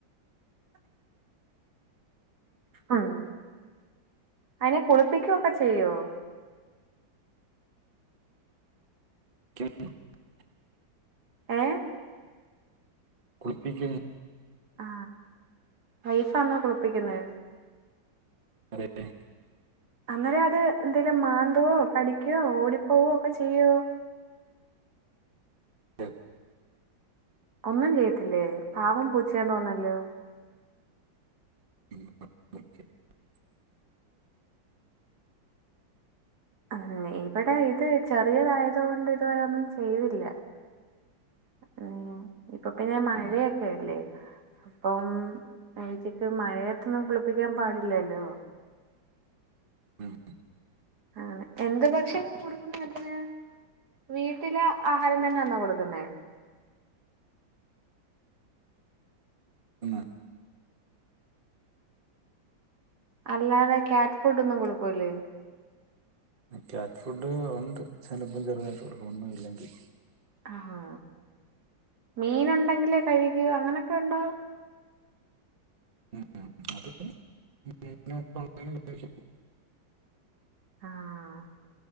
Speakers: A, on the right; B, on the right.
A: ആഹ് അതിനെ കുളിപ്പിക്കുവോക്കെ ചെയ്യോ
B: <unintelligible>
A: ഏഹ്
B: കുളിപ്പിക്കും
A: ആ വൈഫാന്നോ കുളിപ്പിക്കുന്നെ
B: അതെന്നെ
A: അന്നേരം അത് എന്തെലും മാന്തവോ കടിക്കോ ഓടിപ്പോകോ ഒക്കെ ചെയ്യുവോ.
B: ആ
A: ഒന്നും ചെയ്യത്തില്ലേ പാവം പൂച്ചയാന്ന് തോന്നല്ലോ
B: <unintelligible>
A: ആ ഇവിടെ ഇത് ചെറിയതായത് കൊണ്ട് ഇതുവരെ ഒന്നും ചെയ്തില്ല ഉം ഇപ്പൊ പിന്നെ മഴൊക്കല്ലേ
B: ഉം
A: അപ്പം ഏച്ചിക്ക് മഴത്തൊന്നും കുളിപ്പിക്കാൻ പാടില്ലല്ലോ.
B: ഉം
A: ആണ് എന്ത് ഭക്ഷണം കൊടുക്കുന്ന അതിന് വീട്ടില് ആഹാരം തന്നന്നോ കൊടുക്കുന്നേ
B: എന്ന
A: അല്ലാതെ ക്യാറ്റ് ഫുഡ് ഒന്നും കൊടുക്കൂല്ലേ
B: ആ ക്യാറ്റ് ഫുഡ് ഉണ്ട് ചിലപ്പം ചെറുതായിട്ട് കൊടുക്കും ഒന്നും ഇല്ലെങ്കി
A: ആഹാ മീൻ ഉണ്ടെങ്കിലേ കഴുകു അങ്ങനെക്കെ ഉണ്ടോ
B: ഉം അത് <unintelligible> മീനൊക്കെ കൊടുത്താലേ കഴിക്കു
A: ആഹ്